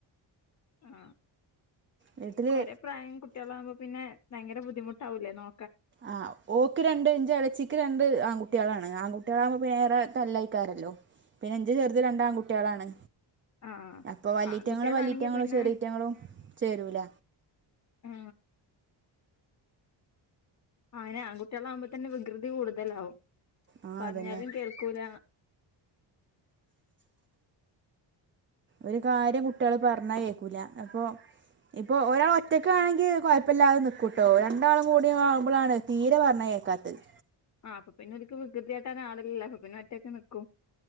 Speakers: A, on the left; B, on the right.
A: ആ
B: വീട്ടില്
A: ഒരേ പ്രായം കുട്ടികളാകുമ്പോ പിന്നെ ഭയര ബുദ്ധിമുട്ടാവില്ലേ നോ
B: ആഹ് ഓക്ക് രണ്ട് ഇഞ്ച ഇലച്ചിക്ക് രണ്ട് ആൺ കുട്ടികളാണ് ആൺുട്ടികളാവക്പോന്നെേറെ നല്ലായിക്കാരല്ലോ പിന്നെ എഞ്ചച് ചേർത് രണ്ട് ആൺകുട്ടികളാണ്
A: ആ
B: അപ്പൊ വല്ലിറ്റങ്ങളും
A: ആ ആൺ കുട്ടികളാണെങ്കി
B: വല്ലിറ്റങ്ങളും
A: പിന്നെ
B: ചെറിയറ്റങ്ങളും ചേരൂല
A: ആ ആയ്നെ ആൺ കുട്ടികൾ അമ്പം തന്നെ വികൃതി കൂടുതലാവും
B: ആ
A: പറഞ്ഞാലും
B: അതന്നെ
A: കേൾക്കൂല
B: ഒരു കാര്യം കുട്ടികള് പറഞ്ഞാ കേക്കൂല അപ്പൊ ഇപ്പൊ ഒരാൾ ഒറ്റക്കാണെങ്കിൽ കുഴപ്പല്ലാതെ നിക്കൂട്ടോ രണ്ടാളും കൂടി കാവുമ്പോഴാണ് തീരെ പറഞ്ഞ കേക്കാത്തത്
A: ആഹ് അപ്പ പിന്നെ ഒരിക്ക് വികൃതിയാട്ടാൻ ആളില്ലല്ലോ ഇപ്പപിന്നെ ഓറ്റക്ക് നിക്കും